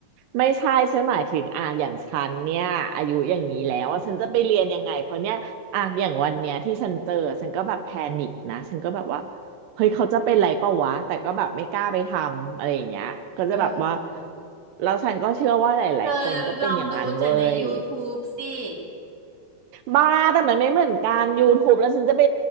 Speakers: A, on the right; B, on the right.
A: ไม่ใช่ฉันหมายถึงอ่ะอย่างฉันเนี่ยอายุอย่างนี้แล้วอะฉันจะไปเรียนยังไงเพราะเนี่ยอ่ะอย่างวันเนี้ยที่ฉันเจอฉันก็แบบแพนิคนะฉันก็แบบว่าเฮ้ยเขาจะเป็นไรเปล่าวะแต่ก็แบบไม่กล้าไปทำอะไรอย่างเงี้ยก็จะแบบว่า
B: เออ
A: แล้วฉันก็เชื่อว่าหลายๆคนก็เป็นอย่างนั้นเว้ย
B: เธอลองดูจากใน YouTube สิ
A: บ้าแต่มันไม่เหมือนกัน YouTube แล้วฉันจะไป